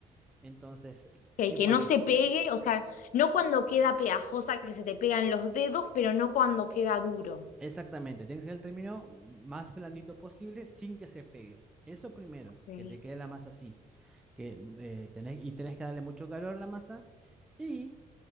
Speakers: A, in the centre; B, on the left.
A: Entonces,
B: Que,
A: ¿qué
B: que
A: pasa?
B: no se pegue, o sea, no cuando queda pegajosa que se te pegan los dedos, pero no cuando queda duro.
A: Exactamente, tiene que ser el término más blandito posible sin que se pegue. Eso primero,
B: Ok.
A: que te quede la masa así, que eh, tenés- y tenés que darle mucho calor a la masa. Y